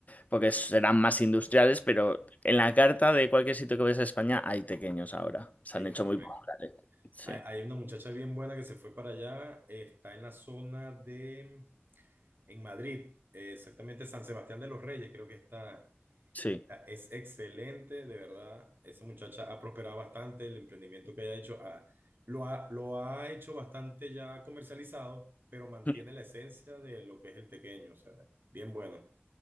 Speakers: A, on the left; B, on the right.
A: porque serán más industriales, pero en la carta de cualquier sitio que vayas a España hay tequeños ahora. Se
B: Sí,
A: han hecho
B: correcto.
A: muy populares. Sí,
B: Hay, hay una muchacha bien buena que se fue para allá, eh, está en la zona de, en Madrid, eh, exactamente San Sebastián de los Reyes, creo que está,
A: sí.
B: está- es excelente, de verdad. Esa muchacha ha prosperado bastante, el emprendimiento que haya hecho, ha- lo ha, lo ha hecho bastante ya comercializado, pero mantiene
A: <laughs>
B: la esencia de lo que es el tequeño, o sea, bien bueno.